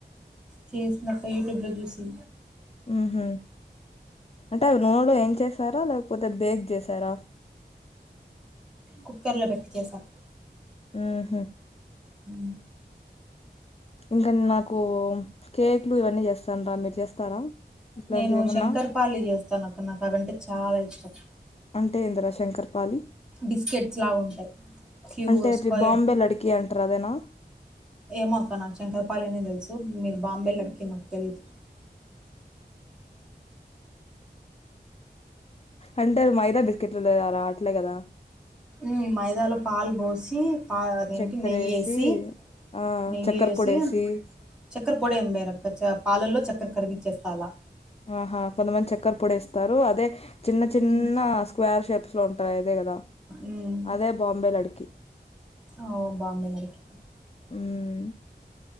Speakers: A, in the centre; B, on the left.
A: చేసిందక్క యూట్యూబ్ లో చూసి
B: ఊహు అంటే అవి నూనెలో వేమ్ చేసార లేకపోతే బేక్ చేసారా
A: కుక్కర్ లో పెట్టి చేసాం
B: ఊహు
A: హ
B: ఇంకా నాకు కేక్లు ఇవన్నీ చేస్తాన్ రా మీరు చేస్తారా ఇట్లాంటివి
A: నేను
B: ఏమన్నా
A: శంకర్పాలి చేస్తానక్క నాకు అదంటే చాల ఇష్టం
B: అంటే ఏంది రా చెప్పాలి
A: బిస్కెట్స్ లాగా ఉంటాయి క్యూ
B: అంటే అది
A: స్క్వేర్
B: బాంబే లడికి అంటారు అదేనా
A: ఏమో అక్క నాకు శంకరపాలినే తెలుసు మీరు బాంబేలు అడికి నాకు తెలీదు
B: అంటే మైదా బిస్కెట్లు లేరా అట్లే కదా
A: ఉ మైదాలో పాలు పోసి పా అదేనికి
B: చక్కెరేసి
A: నెయ్యిసి
B: ఆ
A: నెయ్యి
B: చక్కెర
A: వేసి
B: పొడేసి
A: చక్కర్ పొడే ఎం వేయరు అక్క పాలల్లో చక్కర కరిగించు చేస్తాల
B: ఆహా కొంతమంది చక్కర పొడిస్తారు అదే చిన్న చిన్న
A: ఉమ్
B: స్క్వేర్ షేప్స్ లో ఉంటాయి అదే కదా
A: ఉమ్
B: అదే బాంబే లడికి
A: ఓ బాంబే లడికి
B: ఉమ్